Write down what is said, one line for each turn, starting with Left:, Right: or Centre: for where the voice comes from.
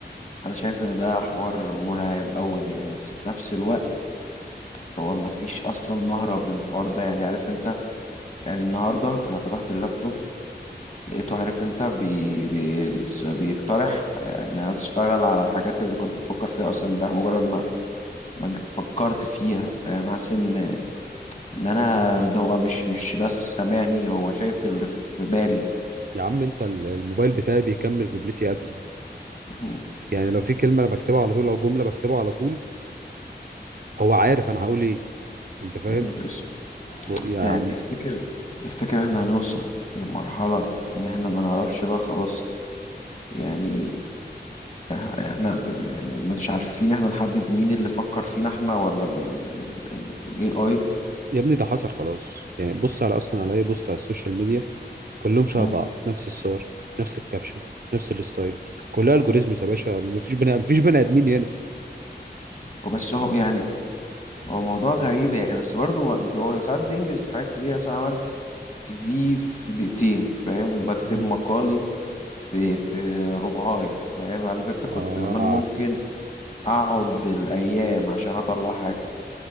Left: انا شايف ان ده حوار مرعب قوي يعني بس في نفس الوقت هو ما فيش اصلا مهرب من الحوار ده يعني عارف انت يعني النهارده انا فتحت اللابتوب لقيته عارف انت بي بي بيقترح ان انا اشتغل على الحاجات اللي كنت بفكر فيها اصلا امبارح مجرد ما ما ج- فكرت فيها فاهم حاسس ان ان انا ده هو مش مش بس سامعني هو شايف اللي في في بالي
Right: يا عم انت ال- الموبايل بتاعي بيكمل جملتي قبلي
Left: مهم.
Right: يعني لو في كلمه انا بكتبها على طول او جمله بكتبها على طول هو عارف انا هقول ايه انت فاهم
Left: نهار اسود.
Right: و- يا عم
Left: يعني تفتكر تفتكر احنا هنوصل لمرحلة ان احنا ما نعرفش بقى خلاص يعني إح- احنا يعني مش عارفين احنا نحدد مين اللي فكر فينا احنا ولا ال ال ال AI
Right: يا ابني ده حصل خلاص يعني بص على اصلا على اي بوست على السوشيال ميديا كلهم شبه
Left: مم.
Right: بعض نفس الصور نفس الكابشن نفس الستايل كلها الجوريزمز يا باشا مفيش بني مفيش بني ادمين هنا
Left: وبس هو يعني هو موضوع غريب يعني بس برضه ما- هو ساعات بينجز حاجات كتير مثلا عملت سي في في دقيقتين فاهم بكتب
Right: مم.
Left: مقال في في ربعاية فاهم عارف انت كنت
Right: اه
Left: زمان ممكن اقعد بالايام عشان اطلع حاجة